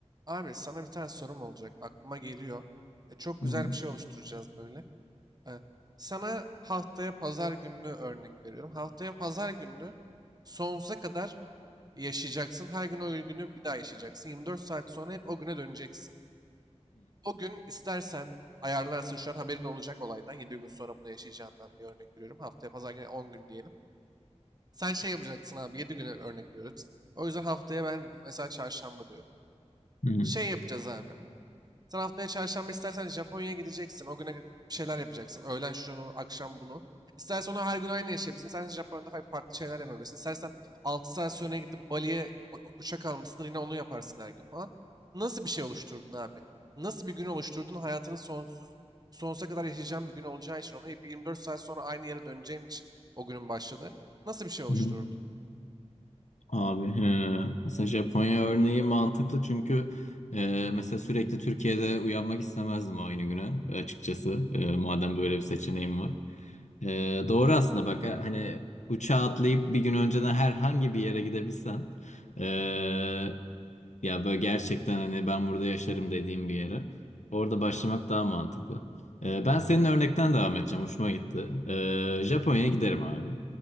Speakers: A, on the right; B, on the left.
A: Abi sana bir tane sorum olacak. Aklıma geliyor. E, çok güzel
B: Hı hı.
A: bir şey oluşturacağız böyle. E, sana haftaya pazar gününü örnek veriyorum. Haftaya pazar gününü sonsuza kadar yaşayacaksın. Her gün o günü bir daha yaşayacaksın. 24 saat sonra hep o güne döneceksin. O gün istersen ayarlarsın şu an haberin olacak olaydan. yedi gün sonra bunu yaşayacağından diye örnek veriyorum. Haftaya pazar günü 10 gün diyelim. Sen şey yapacaksın abi 7 güne örnek veriyoruz biz. O yüzden haftaya ben mesela çarşamba diyorum.
B: Hı hı.
A: Şey yapacağız abi. Sen haftaya çarşamba istersen Japonya'ya gideceksin. O güne bir şeyler yapacaksın. Öğlen şunu, akşam bunu. İstersen onu her gün aynı yaşayabilirsin. İstersen Japonya'da fa- farklı şeyler yapabilirsin. İstersen 6 saat sonra gidip Bali'ye o- o- uçak almışsın. Yine onu yaparsın her gün falan. Nasıl bir şey oluşturdun abi? Nasıl bir gün oluşturdun? Hayatının sonsuz, sonsuza kadar yaşayacağın bir gün olacağı için. Ona hep 24 saat sonra aynı yere döneceğin için o günün başladı. Nasıl bir şey oluşturdun?
B: Hı. Abi he. Mesela Japonya örneği mantıklı çünkü e, mesela sürekli Türkiye'de uyanmak istemezdim aynı güne açıkçası E, madem böyle bir seçeneğim var. E, doğru aslında bak e, hani uçağa atlayıp bir gün önceden herhangi bir yere gidebilsen e, Ya böyle gerçekten hani ben burada yaşarım dediğim bir yere. Orada başlamak daha mantıklı. Ee, ben senin örnekten devam edeceğim. Hoşuma gitti. Ee, Japonya'ya giderim abi.